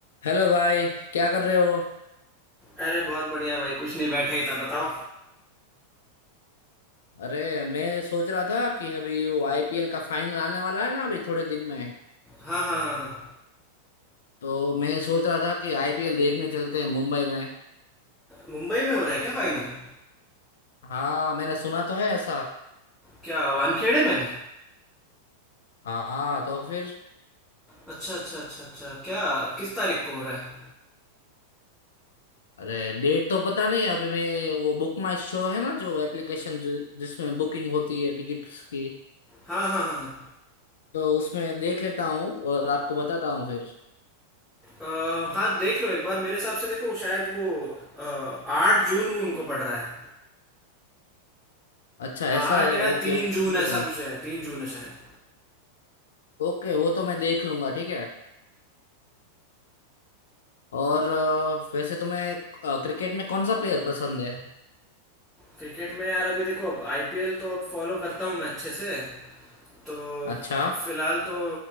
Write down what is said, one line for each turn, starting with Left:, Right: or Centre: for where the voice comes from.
Left: Hello भाई क्या कर रहे हो
Centre: अरे बहुत बढ़िया भाई कुछ नहीं बैठा ही था बताओ
Left: अरे मैं सोच रहा था कि अभी वो आईपीएल का फाइनल आने वाला है ना अभी थोड़े दिन में
Centre: हाँ हाँ हाँ हाँ
Left: तो मैं सोच रहा था कि आईपीएल देखने चलते हैं मुंबई में
Centre: मुंबई में हो रहा है क्या फाइनल
Left: हाँ मैंने सुना तो है ऐसा
Centre: क्या वानखेड़े में
Left: हाँ तो फिर
Centre: अच्छा अच्छा अच्छा अच्छा क्या किस तारीख को हो रहा है
Left: अरे डेट तो पता नहीं अभी मैं वो बुक माई शो है ना जो एप्लीकेशन जिसमें बुकिंग होती है टिकट्स की
Centre: हाँ हाँ हाँ हाँ
Left: तो उसमें देख लेता हूँ और आपको बताता हूँ फिर
Centre: अ, हाँ देख लो एक बार मेरे हिसाब से देखो शायद वो अ, आठ जून वो उनको पड़ रहा है
Left: अच्छा ऐसा
Centre: आठ
Left: है
Centre: या
Left: ओके
Centre: तीन
Left: ओके
Centre: जून
Left: चलेगा
Centre: ऐसा कुछ है तीन जून है शायद
Left: ओके वो तो मैं देख लूंगा ठीक है और अ, वैसे तुम्हें क्रिकेट में कौन सा प्लेयर पसंद है
Centre: क्रिकेट में यार अभी देखो अब आईपीएल तो अब फॉलो करता हूँ मैं अच्छे से तो
Left: अच्छा
Centre: फिलहाल तो